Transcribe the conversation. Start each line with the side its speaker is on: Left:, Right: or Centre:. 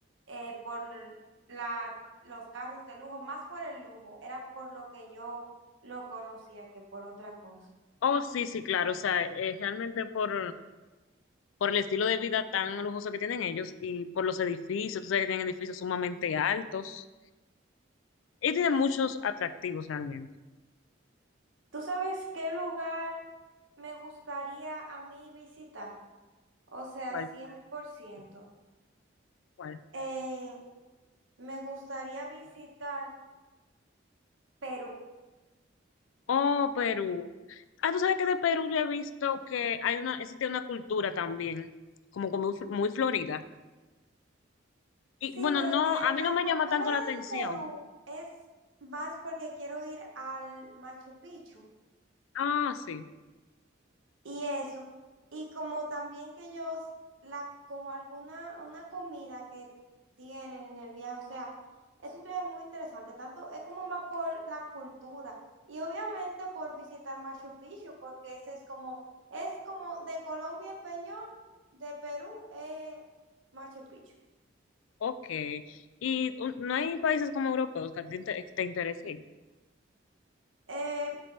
Right: eh, por l- la, los carros de lujo, más por el lujo, era por lo que yo lo conocía que por otra cosa.
Left: Oh, sí, sí, claro, o sea, eh, realmente por, por el estilo de vida tan lujoso que tienen ellos y por los edificios, tú sabes que tienen edificios sumamente altos, y tienen muchos atractivos realmente.
Right: ¿Tú sabes qué lugar me gustaría a mí visitar? O sea,
Left: ¿Cuál?
Right: cien por ciento
Left: ¿Cuál?
Right: Eh, me gustaría visitar Perú.
Left: Oh, Perú. Ah, tú sabes que de Perú yo he visto que hay una, existe una cultura también, como, como muy florida
Right: Sí,
Left: Y bueno,
Right: pero
Left: no,
Right: que
Left: a mí
Right: la
Left: no me
Right: cultura
Left: llama tanto
Right: de
Left: la atención.
Right: Perú es más porque quiero ir al Machu Picchu
Left: Ah, sí,
Right: y eso. Y como también que ellos, la, como alguna, una comida que tienen en el viaje, o sea, es un viaje muy interesante, tanto es como más por la cultura y obviamente por visitar Machu Picchu, porque ese es como, es como de Colombia el Peñón, de Perú eh, Machu Picchu.
Left: ok. Y un- no hay países como europeos que a ti te, te interesen.
Right: Eh,